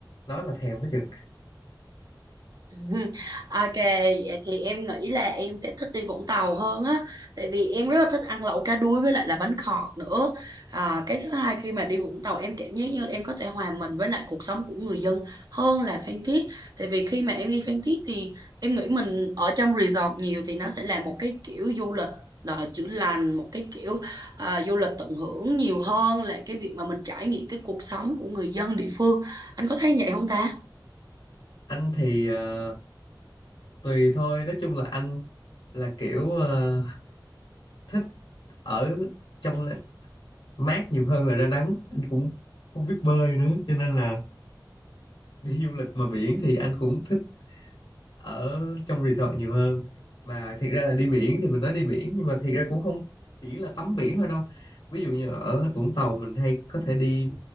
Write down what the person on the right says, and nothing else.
Ừ. Ok, vậy thì em nghĩ là em sẽ thích đi Vũng Tàu hơn á Tại vì em rất là thích ăn lẩu cá đuối với lại là bánh khọt nữa à, Cái thứ hai khi mà đi Vũng Tàu em cảm giác như là em có thể hòa mình với lại cuộc sống của người dân hơn là Phan Thiết Tại vì khi mà em đi Phan Thiết thì em nghĩ mình ở trong resort nhiều thì nó sẽ là một cái kiểu du lịch là chữa lành một cái kiểu à, du lịch tận hưởng nhiều hơn là cái việc mà mình trải nghiệm cái cuộc sống của người dân địa phương anh có thấy vậy không ta